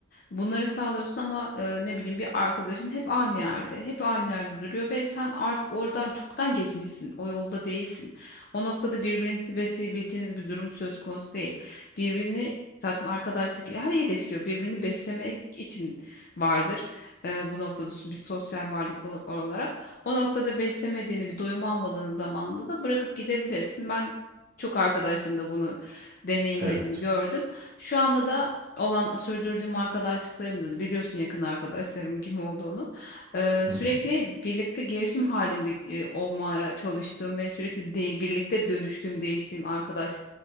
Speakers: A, on the left; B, on the right.
A: Bunları sağlıyorsun ama e, ne bileyim bir arkadaşın hep aynı yerde, hep aynı yerde duruyor ve sen artık oradan çoktan geçmişsin, o yolda değilsin. O noktada birbirinizi besleyebileceğiniz bir durum söz konusu değil. Birbirini Zaten arkadaşlık her ilişki birbirini beslemek için vardır. E, bu noktada s- bir sosyal varlık ol- olarak. O noktada beslemediğini, bir doyum almadığın zamanda da bırakıp gidebilirsin. Ben çok arkadaşın da bunu deneyimledim,
B: evet.
A: gördüm. Şu anda da olan sürdürdüğüm arkadaşlıklarımda da biliyorsun yakın arkadaşlarım kim olduğunu. Ee,
B: Hı
A: sürekli
B: hı.
A: birlikte gelişim halinde e, olmaya çalıştığım ve sürekli de- birlikte dönüştüğüm, değiştiğim arkadaş